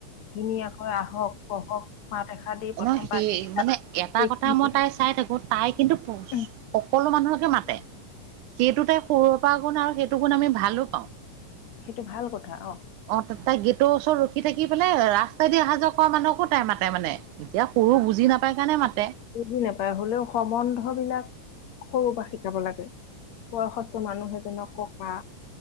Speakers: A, on the left (about 60°); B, on the right (about 75°).
A: ধুনীয়াকৈ আহক বহক। মাত এখা দি। প্ৰথম
B: এন সেই
A: পানীকেইটা
B: মানে এটা
A: সেইখিনি
B: কথা মই তাই চাই থাকো। তাই কিন্তু
A: উম,
B: সকলো মানুহকে মাতে সেইটো তাই সৰু পা গুণ আৰু সেইটো গুণ আমি ভালো পাওঁ।
A: সেইটো ভাল কথা অঁ'।
B: অঁ' ত তাই গেটৰ ওচৰত ৰখি থাকি পেলাই ৰাস্তাই দি অহা যোৱা কৰা মানুহকো তাই মাতে মানে। এতিয়া সৰু বুজি নাপায় কাৰণে মাতে।
A: বুজি নাপাই হলেও সম্বন্ধ বিলাক সৰু পৰা শিকাব লাগে। বয়সস্থ মানুহে এজনক ককা